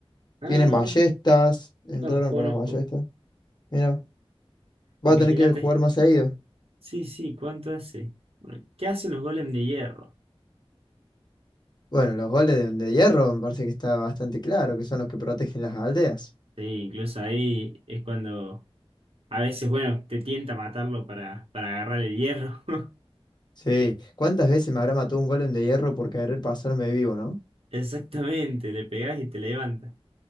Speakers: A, on the right (about 70°); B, on the left (about 45°).
A: Ah,
B: Tienen
A: no.
B: ballestas. Entraron
A: No los conozco.
B: con las ballestas. Mira,
A: Imagínate.
B: va a tener que jugar más seguido.
A: Sí, sí, ¿cuánto hace? Bueno, ¿qué hacen los golems de hierro?
B: Bueno, los goles de, de hierro me parece que está bastante claro, que son los que protegen las aldeas.
A: Sí, incluso ahí es cuando a veces, bueno, te tienta matarlo para, para agarrar el hierro. <laughs>
B: Sí, ¿cuántas veces me habrá matado un golem de hierro por querer pasarme vivo, no?
A: Exactamente, le pegas y te levanta.